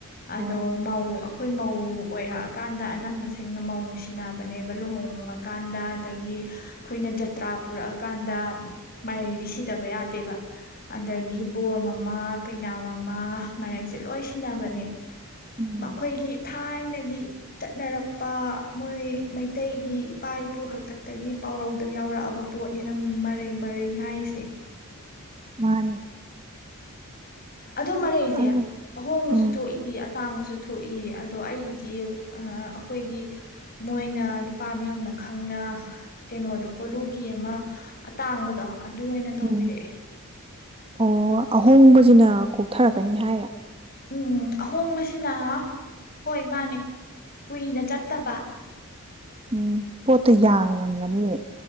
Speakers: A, on the left; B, on the right.
A: ꯑꯗꯣ
B: ꯑꯣ
A: ꯃꯧ ꯑꯩꯈꯣꯏ ꯃꯧ ꯑꯣꯏꯔꯛꯑꯀꯥꯟꯗ ꯑꯅꯝꯕꯁꯤꯡꯅ ꯃꯧꯅ ꯁꯤꯟꯅꯕꯅꯦꯕ ꯂꯨꯍꯣꯡꯣꯡꯉꯀꯥꯟꯗ ꯑꯗꯒꯤ ꯑꯩꯈꯣꯏꯅ ꯖꯇ꯭ꯔꯥ ꯄꯨꯔꯛꯑꯀꯥꯟꯗ ꯃꯔꯩꯗꯤ ꯁꯤꯗꯕ ꯌꯥꯗꯦꯕ ꯑꯗꯒꯤ ꯕꯣꯔ ꯑꯃꯃꯥ ꯀꯩꯅꯥꯝ ꯑꯃꯃꯥ ꯃꯔꯩꯁꯦ ꯂꯣꯏ ꯁꯤꯟꯅꯕꯅꯦ
B: ꯎꯝ
A: ꯃꯥ ꯊꯥꯏꯅꯒꯤ ꯆꯠꯅꯔꯛꯄ ꯃꯣꯏ ꯃꯩꯇꯩꯒꯤ ꯏꯄꯥ ꯏꯄꯨ ꯍꯥꯛꯇꯛꯇꯒꯤ ꯄꯥꯎꯔꯧꯗꯣ ꯌꯥꯎꯔꯛꯑꯕ ꯄꯣꯠꯅꯤꯅ ꯃꯔꯩ ꯃꯔꯩ ꯍꯥꯏꯔꯤꯁꯦ
B: ꯃꯥꯅꯦ
A: ꯑ ꯑꯗꯨ ꯃꯔꯩꯁꯦ
B: ꯑꯗꯨ
A: ꯑꯍꯣꯡꯕꯁꯨ
B: ꯎꯝ
A: ꯊꯣꯛꯏ ꯑꯇꯥꯡꯕꯁꯨ ꯊꯣꯛꯏ ꯏ ꯑꯗꯣ ꯑꯩꯒꯤꯗꯤ ꯑꯩꯈꯣꯏꯒꯤ ꯃꯣꯏꯅ ꯅꯨꯄꯥ ꯃꯌꯨꯝꯅ ꯈꯪꯅ ꯀꯩꯅꯣꯗꯣ ꯀꯣꯂꯨꯒꯤ ꯑꯃ ꯑꯇꯥꯡꯕꯗꯣ ꯑꯗꯨ ꯑꯣꯏꯅ ꯇꯧꯕꯤꯔꯛꯑꯦ
B: ꯎꯝ ꯑꯣ ꯑꯍꯣꯡꯕꯁꯤꯅ ꯀꯣꯛꯊꯔꯛꯀꯅꯤ ꯍꯥꯏꯔꯦ
A: ꯎꯝ ꯑꯍꯣꯡꯕꯁꯤꯅ ꯍꯣꯏ ꯃꯥꯅꯦ ꯀꯨꯏꯅ ꯆꯠꯇꯕ
B: ꯎꯝ ꯄꯣꯠꯇꯣ ꯌꯥꯡꯉꯝꯒꯅꯤꯌꯦ